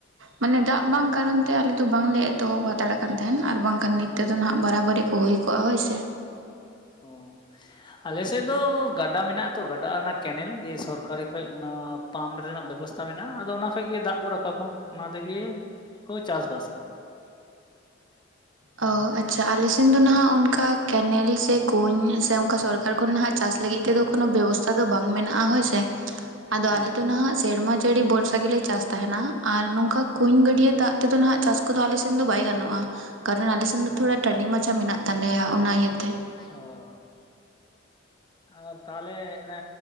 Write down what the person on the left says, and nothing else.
ᱦᱮᱸ
ᱚᱸ ᱟᱞᱮᱥᱮᱫ ᱫᱚ ᱜᱟᱰᱟ ᱢᱮᱱᱟᱜ-ᱟ ᱛᱚ ᱜᱟᱰᱟ ᱚᱱᱟ ᱠᱮᱱᱮᱞ ᱫᱤᱭᱮ ᱥᱚᱨᱠᱟᱨᱤ ᱠᱷᱚᱡ ᱚᱱᱟ ᱯᱟᱢᱯ ᱨᱮᱱᱟᱜ ᱵᱮᱵᱚᱥᱛᱷᱟ ᱢᱮᱱᱟᱜᱼᱟ, ᱟᱫᱚ ᱚᱱᱟ ᱠᱷᱚᱱ ᱜᱮ ᱫᱟᱜ ᱠᱚ ᱨᱟᱠᱟᱵᱟ᱾ ᱚᱱᱟ ᱛᱮᱜᱮ ᱠᱚ ᱪᱟᱥ ᱵᱟᱥᱟ᱾
ᱦᱮᱸ
ᱦᱮᱸ
ᱚ
ᱚᱸᱻ᱾ ᱟᱨ ᱛᱟᱦᱞᱮ ᱮᱱᱮ